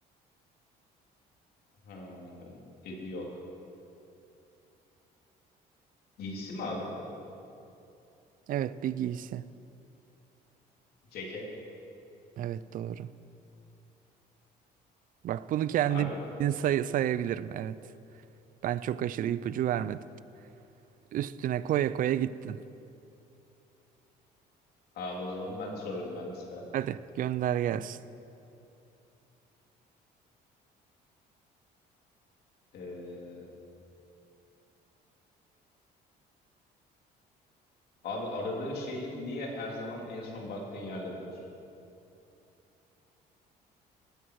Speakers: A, on the left (about 65°); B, on the right (about 55°).
A: Ha, dedi yok. Giysi mi abi?
B: Evet bir giysi.
A: Ceket.
B: Evet doğru. Bak bunu kendim
A: Harbi mi?
B: <laughs> say sayabilirim. Evet. Ben çok aşırı ipucu vermedim. Üstüne koya koya gittin.
A: Abi o zaman ben soruyorum ben de sıra.
B: Hadi gönder gelsin.
A: E, Abi aradığın şeyi niye her zaman en son baktığın yerde bulursun?